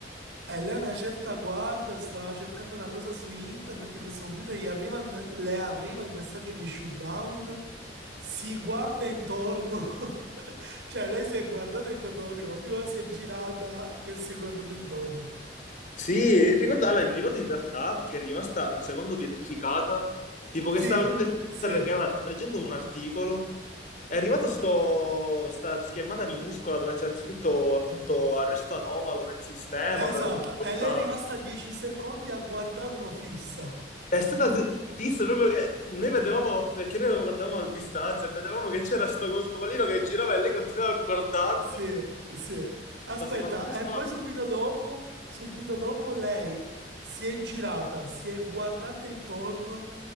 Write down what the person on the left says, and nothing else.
Sì, ricordo, allora, mi ricordo in realtà che è rimasta un secondo pietrificata, tipo
che stava guardando il-
che era- stava leggendo un articolo, è arrivata sto, sta schermata minuscola dove c'era scritto appunto arresto anomalo del sistema
per un problema.
È stata fi- fissa proprio che noi vedevamo, perché noi lo guardavamo a distanza, e vedevamo che c'era sto, questo pallino che girava e lei continuava a guardarlo,
ma secondo me
stava...